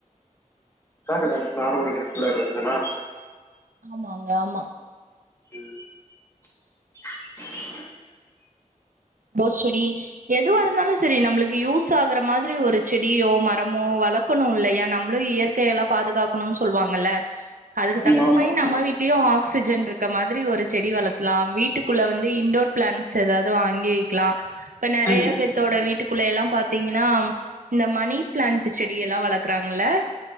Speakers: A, on the left (about 20°); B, on the right (about 80°).
A: என்னா colour normal red colour rose தானா
B: ஆமாங்க ஆமா
A: <inaudible>
B: போஸ் செடி எதுவா இருந்தாலு செரி நம்மளுக்கு யூஸ் ஆகுற மாதிரி ஒரு செடியோ மரமோ வளக்கணு இல்லையா நம்மளு இயற்கையெல்லா பாதுகாக்கணுன் சொல்வாங்கல்ல அதுக்கு தகுந்த
A: ம் ஆமா
B: மாரி
A: ஆமா
B: நம்ம வீட்லயு ஆக்சிஜன் இருக்க மாதிரி ஒரு செடி வளர்த்தலா வீட்டுக்குள்ள வந்து இண்டோர் பிளான்ட்ஸ் எதாவ்து வாங்கி அ இப்ப நெறைய
A: ம்
B: பேத்தோட வீட்டுக்குள்ளேல்லா பாத்தீங்கன்னா இந்த மணி பிளான்ட் செடி எல்லா‌ வளக்குறாங்கள.